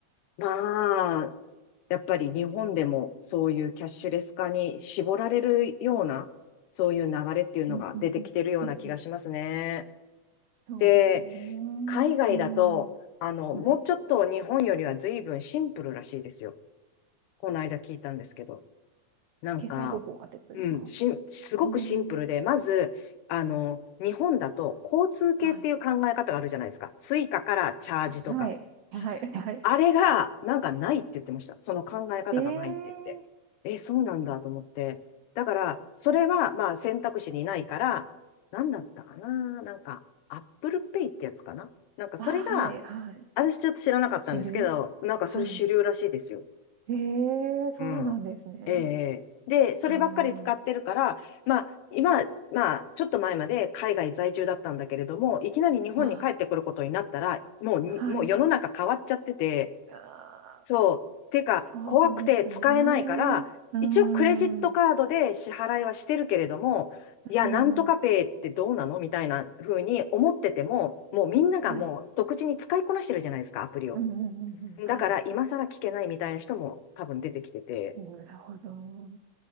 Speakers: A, on the left (about 80°); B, on the right (about 80°).
A: まあ、やっぱり日本でもそういうキャッシュレス化に絞られるような、そういう流れっていうのが出てきてるような気がしますね。
B: うん、うん、うん、うん、うん。そうですね。
A: で、海外だと、
B: うん。
A: あの、
B: はい。
A: もうちょっと日本よりは随分シンプルらしいですよ。この間聞いたんですけど。なんか、
B: 決済方法がってことですか
A: うん、しん、すごくシンプルで、
B: うん。
A: まず、あの、日本だと交通系っていう考え方があるじゃないですか。
B: はい。
A: スイカからチャージとか。
B: はい。はい。はい。
A: あれが、なんかないって言ってました。その考え方がないって言って。
B: ええー。
A: え、そうなんだと思って。だから、それは、まあ、選択肢にないから、なんだったかな。なんか、アップルペイってやつかな。なんか、それが、
B: あ、はい。はい。
A: 私ちょっと知らなかったんですけど、
B: 主流
A: なんかそれ主流らしいですよ。
B: はい。ええー、そうなんですね。
A: うん。ええで、そればっかり使ってるから、
B: ああ。
A: まあ、今、まあ、ちょっと前まで海外在住だったんだけれども、いきなり日本に帰ってくることになったら、
B: まあ
A: もうに、
B: あ、
A: もう世の中変わっちゃってて、
B: はい。ああ、
A: そう。てか、
B: そうですね。
A: 怖くて使えないから、
B: うー
A: 一応クレジットカードで支払いはしてるけれども、
B: ん。
A: いや、
B: うん。
A: なんとかペイってどうなのみたいな風に思ってても、もうみんながもう独自に使いこなしてるじゃないですか、
B: はい。
A: アプリを。
B: うんうんうんうん。はい。
A: だから、今更聞けないみたいな人も多分出てきてて。
B: なるほど。